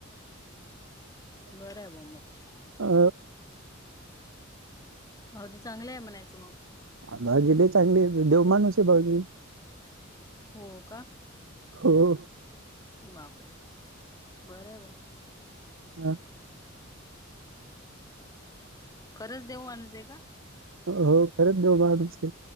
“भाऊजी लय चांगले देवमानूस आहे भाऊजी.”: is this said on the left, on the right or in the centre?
Right